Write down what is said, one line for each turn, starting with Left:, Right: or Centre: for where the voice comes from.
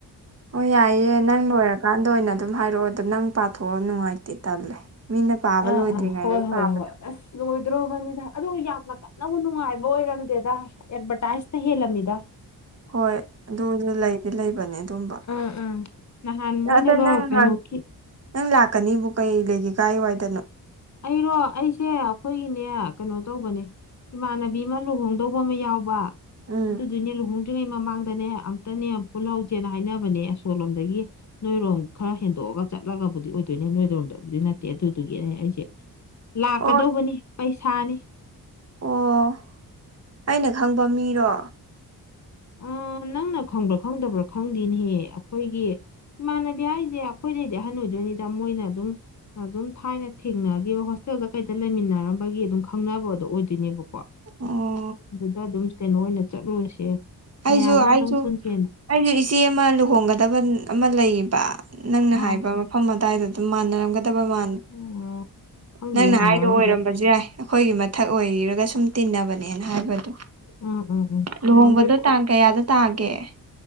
Right: ꯍꯣꯏ ꯌꯥꯏꯌꯦ ꯅꯪ ꯂꯣꯏꯔꯀꯥꯟꯗ ꯑꯣꯏꯅ ꯑꯗꯨꯝ ꯍꯥꯏꯔꯛꯑꯣ ꯑꯗꯣ ꯅꯪ ꯄꯥꯊꯣꯛꯑꯣ ꯅꯨꯡꯉꯥꯏꯇꯦ ꯇꯜꯂꯦ ꯃꯤꯅ ꯄꯥꯕ
Left: ꯑꯥ
Right: ꯂꯣꯏꯗ꯭ꯔꯤꯉꯩꯗꯩ
Left: ꯑꯥ ꯍꯣꯏ ꯍꯣꯏ
Right: ꯄꯥꯕꯗꯣ
Left: ꯍꯣꯏ ꯑꯁ ꯂꯣꯏꯗ꯭ꯔꯣꯕꯅꯤꯗ ꯑꯗꯨ ꯌꯥꯝꯅ ꯀꯟꯅꯕꯨ ꯅꯨꯡꯉꯥꯏꯕ ꯑꯣꯏꯔꯝꯗꯦꯗ ꯑꯦꯗꯚꯔꯇꯥꯏꯖꯅ ꯍꯦꯜꯂꯝꯃꯤꯗ
Right: ꯍꯣꯏ ꯑꯗꯨ ꯂꯩꯗꯤ ꯂꯩꯕꯅꯦ ꯑꯗꯨꯝꯕ
Left: ꯎꯝ ꯎꯝ ꯅꯍꯥꯟ
Right: ꯅꯡ
Left: ꯃꯣꯏꯅꯒ
Right: ꯑꯗꯣ ꯅꯪ
Left: ꯀꯩꯅꯣꯒꯤ
Right: ꯅꯍꯥꯟ ꯅꯪ ꯂꯥꯛꯀꯅꯤꯕꯨ ꯀꯩ ꯂꯩꯒꯦ ꯀꯥꯏ ꯋꯥꯏꯗꯅꯣ
Left: ꯑꯩꯔꯣ ꯑꯩꯁꯦ ꯑꯩꯈꯣꯏꯅꯦ ꯀꯩꯅꯣ ꯇꯧꯕꯅꯦ ꯏꯃꯥꯟꯅꯕꯤ ꯑꯃ ꯂꯨꯍꯣꯡꯗꯧꯕ ꯑꯃ ꯌꯥꯎꯕ
Right: ꯎꯝ
Left: ꯑꯗꯨꯗꯨꯅꯦ ꯂꯨꯍꯣꯡ ꯇ꯭ꯔꯤꯉꯩ ꯃꯃꯥꯡꯗꯅꯦ ꯑꯝꯇꯅꯦ ꯄꯨꯜꯍꯧꯁꯦꯅ ꯍꯥꯏꯅꯕꯅꯦ ꯑꯁꯣꯂꯣꯝꯗꯒꯤ ꯅꯣꯏꯔꯣꯝ ꯈꯔ ꯍꯦꯟꯗꯣꯛꯑꯒ ꯆꯠꯂꯒꯕꯨꯗꯤ ꯑꯣꯏꯗꯣꯏꯅꯦ ꯅꯣꯏꯔꯣꯝꯗꯕꯨꯗꯤ ꯅꯠꯇꯦ ꯑꯗꯨꯗꯨꯒꯤꯅꯦ ꯑꯩꯁꯦ ꯂꯥꯛꯀꯗꯧꯕꯅꯤ
Right: ꯑꯣ
Left: ꯄꯩꯁꯥꯅꯤ
Right: ꯑꯣ ꯍꯣ ꯑꯩꯅ ꯈꯪꯕ ꯃꯤꯔꯣ
Left: ꯑ ꯅꯪꯅ ꯈꯪꯕ꯭ꯔꯥ ꯈꯪꯗꯕ꯭ꯔꯥ ꯈꯪꯗꯦꯅꯦꯍꯦ ꯑꯩꯈꯣꯏꯒꯤ ꯏꯃꯥꯟꯅꯕꯤ ꯍꯥꯏꯁꯦ ꯑꯩꯈꯣꯏꯗꯩꯗꯤ ꯑꯍꯟ ꯑꯣꯏꯗꯣꯏꯅꯤꯗ ꯃꯣꯏꯅ ꯑꯗꯨꯝ ꯑꯗꯨꯝ ꯊꯥꯏꯅ ꯊꯦꯡꯅꯈꯤꯕ ꯍꯣꯁꯇꯦꯜꯗ ꯀꯩꯗ ꯂꯩꯃꯤꯟꯅꯔꯝꯕꯒꯤ ꯑꯗꯨꯝ ꯈꯪꯅꯕꯗꯣ ꯑꯣꯏꯗꯣꯏꯅꯦꯕꯀꯣ
Right: ꯑꯣ
Left: ꯑꯗꯨꯗ ꯑꯗꯨꯝ ꯀꯩꯅꯣ ꯑꯣꯏꯅ ꯆꯠꯂꯨꯔꯁꯦ
Right: ꯑꯩꯁꯨ
Left: ꯃꯌꯥꯝꯗꯣ ꯑꯝꯇꯪ
Right: ꯑꯩꯁꯨ
Left: ꯄꯨꯟꯁꯦꯅ
Right: ꯑꯩꯁꯨ ꯏꯆꯦ ꯑꯃ ꯂꯨꯍꯣꯡꯒꯗꯕ ꯑꯃ ꯂꯩꯌꯦꯕ ꯅꯪꯅ
Left: ꯑꯥ
Right: ꯍꯥꯏꯕ ꯃꯐꯝ ꯑꯗꯨꯋꯥꯏꯗ ꯑꯗꯨꯝ ꯃꯥꯟꯅꯔꯝꯒꯗꯕ ꯕ
Left: ꯑꯣ ꯈꯪꯗꯦꯌꯦ
Right: ꯅꯪꯅ
Left: ꯃꯥꯟꯅꯔꯝꯗꯣꯏ
Right: ꯍꯥꯏꯗꯣ ꯑꯣꯏꯔꯝꯕꯁꯨ ꯌꯥꯏ ꯑꯩꯈꯣꯏꯒꯤ ꯃꯊꯛ ꯑꯣꯏꯔꯒ ꯁꯨꯝ ꯇꯤꯟꯅꯕꯅꯦꯅ ꯍꯥꯏꯕꯗꯣ
Left: ꯎꯝ ꯎꯝ ꯎꯝ
Right: ꯂꯨꯍꯣꯡꯕꯗꯣ
Left: ꯑꯣꯏꯔꯝꯗꯣꯏ ꯄꯣꯠꯅꯤ
Right: ꯇꯥꯡ ꯀꯌꯥꯗ ꯇꯥꯒꯦ